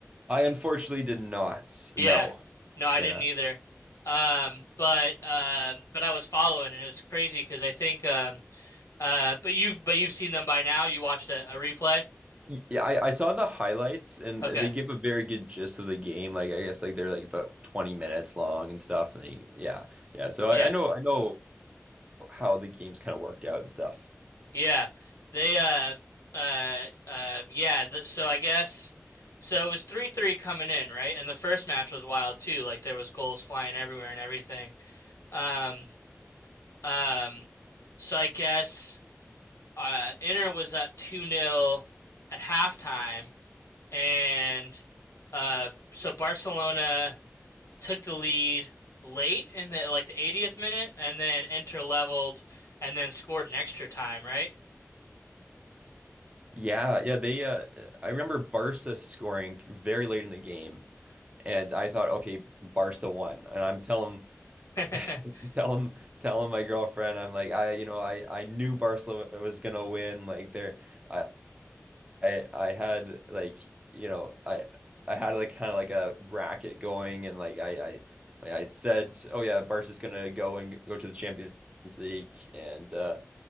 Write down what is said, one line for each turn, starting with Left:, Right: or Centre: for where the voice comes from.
Right: I unfortunately did not.
Left: Yeah.
Right: No,
Left: No, I
Right: yeah.
Left: didn't either. Um but um but I was following and it was crazy because I think um Uh, but you've but you've seen them by now. You watched a, a replay.
Right: Y- Yeah, I, I saw the highlights and
Left: Okay.
Right: they give a very good gist of the game. Like I guess like they're like about 20 minutes long and stuff. And they, yeah, yeah. So
Left: Yeah.
Right: I, I know I know how the games kind of worked out and stuff.
Left: Yeah. They uh uh uh yeah. Th so I guess so. It was three three coming in, right? And the first match was wild too. Like there was goals flying everywhere and everything. Um um. So I guess uh Inter was up two nil at halftime, and uh so Barcelona took the lead late in the like the 80th minute and then Inter leveled and then scored an extra time, right?
Right: Yeah, yeah, they uh I remember Barca scoring very late in the game and I thought, okay, Barca won. And I'm telling
Left: <laughs>
Right: <laughs> telling telling my girlfriend, I'm like, I you know, I I knew Barcelona was gonna win. Like there I I, I had like you know, I I had like kind of like a bracket going and like I I like I said, oh yeah, Barca's gonna go and go to the Champions League and uh